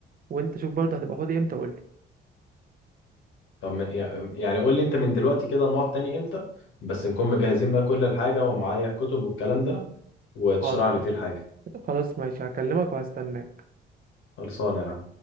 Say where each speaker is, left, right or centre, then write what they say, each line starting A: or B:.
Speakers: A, on the right (about 45°); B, on the left (about 85°).
A: وانت شوف برضو هتبقى فاضي امتى وقول لي
B: طب ما- يع- يعني قول لي انت من دلوقتي كده نقعد تاني امتى بس نكون مجهزين بقى كل الحاجة ومعايا الكتب والكلام ده وتشرح
A: حاضر
B: لي فيه الحاجة
A: خلاص ماشي هكلمك وهستناك
B: خلصانة يا عم